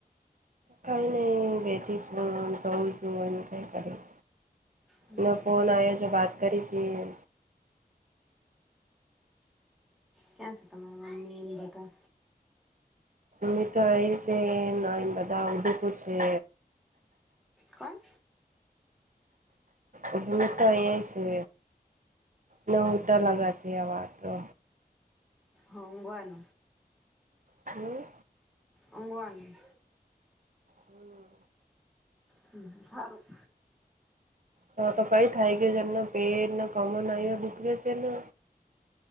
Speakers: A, on the right; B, in the centre.
A: કાંઈ નહીં બેઠી છું જોઉં છું એને કાઈ ક્યું
B: હમ
A: ના ફોન આયા જો બાત કરી છીએ
B: ક્યાં છે તમારા મમ્મી એને બધા
A: મ તો એં છે ન બધા ઉદયપુર છે
B: કોણ?
A: એ તો એ છે ન હુતા
B: હમ
A: લગ છે આ તો
B: હોંગનું
A: હમ્મ
B: ઊંઘવાની
A: હમ્મ
B: હ સારું
A: હ તો કઈ થાય કે એમના પેટ કમળ અહીં દુખરે છે ને